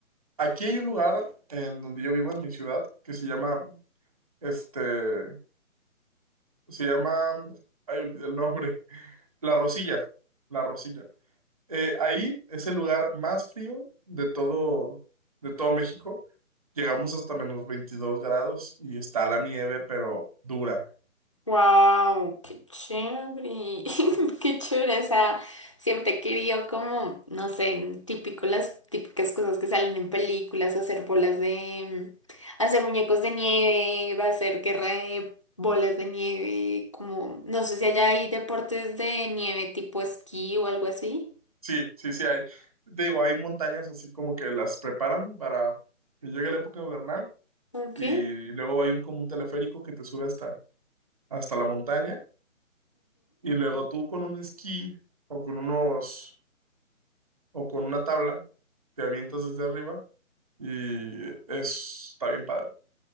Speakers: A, on the right; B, on the left.
A: aquí hay un lugar en donde yo vivo, en mi ciudad, que se llama, este, se llama, ay, olvidé el nombre, La Rosilla, La Rosilla. Eh, ahí es el lugar más frío de todo, de todo México. Llegamos hasta menos 22 grados y está la nieve, pero dura.
B: Wow, qué chévere, <laughs> qué chévere, o sea, siempre he querido como, no sé, típico las típicas cosas que salen en películas, hacer bolas de, hacer muñecos de nieve, hacer guerra de bolas de nieve, como, no sé si allá hay deportes de nieve tipo esquí o algo así.
A: Sí, sí, sí hay. Digo, hay montañas así como que las preparan para que llegue la época invernal
B: Ok.
A: y luego hay un como un teleférico que te sube hasta, hasta la montaña y luego tú con un esquí o con unos o con una tabla te avientas desde arriba y es, está bien padre.